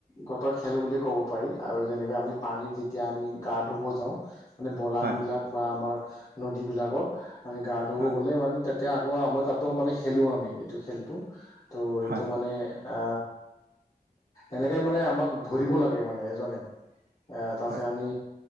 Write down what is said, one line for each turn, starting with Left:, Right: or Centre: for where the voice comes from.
Left: গতৰ খেল বুলি ক'ব পাৰি আৰু যেনেকোৱা আমি পানীত যেতিয়া আমি গা ধুব যাওঁ মানে বলানবিলাক
Right: হয়
Left: বা আমাৰ নদীবিলাকক আমি গা ধুব
Right: হয়
Left: গ'লে মানে তেতিয়া আকৌ আ মই তাতো মানে খেলো আমি এইটো খেলটো, ত' এইটো
Right: হয়
Left: মানে আ এনেকে মানে আমাক ধৰিব লাগে মানে এজনে, এ তাতে
Right: হয়
Left: আমি